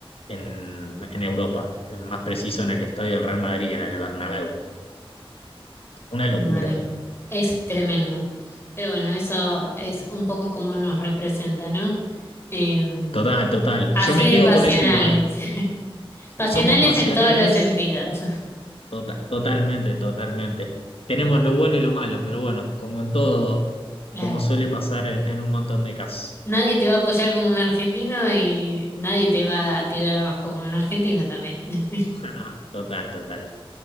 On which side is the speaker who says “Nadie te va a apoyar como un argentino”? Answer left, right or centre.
Left